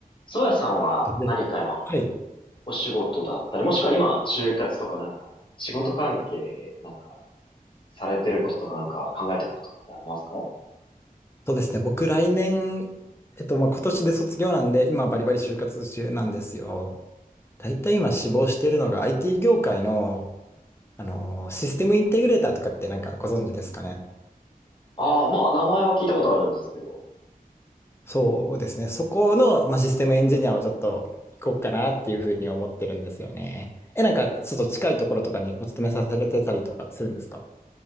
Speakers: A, on the left (about 35°); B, on the left (about 15°).
A: 宗谷さんは何か今
B: とねはい。
A: お仕事だったり、もしくは今就活とかなんか仕事関係でなんかされてることとかなんか考えてることとかってありますか
B: そうですね。僕、来年、えっと、まあ、今年で卒業なんで、今、バリバリ就活中なんですよ。大体今、志望してるのが IT 業界の、あのー、システムインテグレーターとかってなんかご存知ですかね。
A: ああー、まあ名前は聞いたことあるんですけど。
B: そうですね。そこの、まあ、システムエンジニアをちょっと行こうかなっていうふうに思ってるんですよね。え、なんか、ちょっと近いところとかにお勤めさせてたりとかするんですか